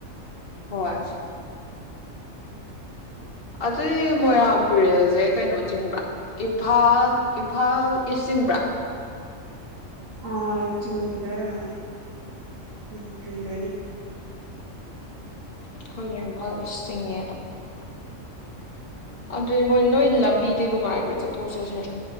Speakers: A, on the left; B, on the right.
A: ꯍꯣꯢ ꯑꯗꯨꯏ ꯃꯣꯏꯔꯥꯡꯄꯨꯔꯦꯜꯁꯦ ꯀꯩꯅꯣ ꯆꯤꯡꯕ꯭ꯔ ꯏꯝꯐꯥꯜ ꯏꯝꯐꯥꯜ ꯏꯁ ꯆꯤꯡꯕ꯭ꯔꯥ
B: ꯑ ꯆꯤꯡꯗꯣꯢ ꯑꯣꯢꯔꯝꯒꯅꯤ ꯎꯝ ꯆꯤꯡꯗꯣꯢꯅꯤ
A: ꯑꯩꯈꯣꯏ ꯏꯝꯐꯥꯜ ꯏꯁ ꯆꯤꯡꯉꯦꯕ ꯑꯗꯨꯏ ꯃꯣꯏ ꯅꯣꯏ ꯂꯝꯕꯤꯗꯤ ꯅꯨꯡꯉꯥꯏꯕ꯭ꯔꯥ ꯆꯠꯊꯣꯛ ꯆꯠꯁꯤ